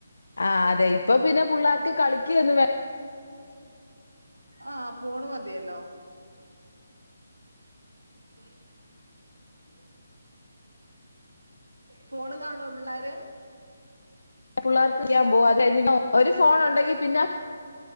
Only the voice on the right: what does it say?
ആഹ് ഫോണ് മതിയല്ലോ <unintelligible> ഫോണ് കാണുവോ പിള്ളാര്